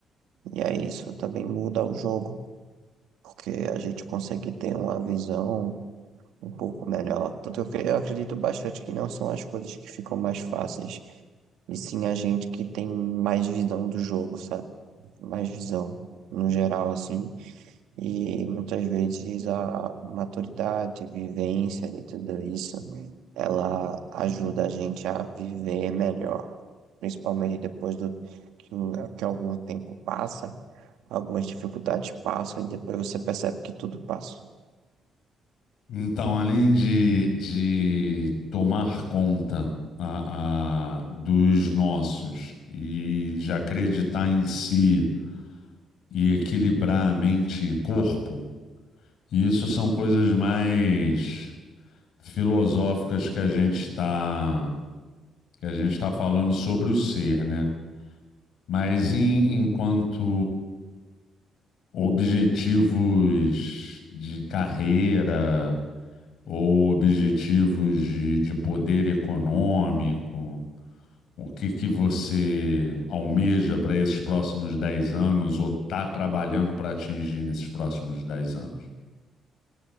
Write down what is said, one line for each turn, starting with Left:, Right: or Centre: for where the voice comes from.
Right: E aí isso também muda o jogo, porque a gente consegue ter uma visão um pouco melhor. Tanto eu, que eu acredito bastante que não são as coisas que ficam mais fáceis, e sim a gente que tem mais visão do jogo, sabe? Mais visão, no geral, assim. E muitas vezes a maturidade, vivência e tudo isso, né? Ela ajuda a gente a viver melhor, principalmente depois do que, o- que algum tempo passa. Algumas dificuldades passam e depois você percebe que tudo passa.
Left: Então, além de, de tomar conta a- a- dos nossos e de acreditar em si e equilibrar a mente e corpo, isso são coisas mais filosóficas que a gente está que a gente está falando sobre o ser, né? Mas em- enquanto objetivos de carreira ou objetivos de, de poder econômico? O que que você almeja para esses próximos 10 anos ou está trabalhando para atingir nesses próximos 10 anos?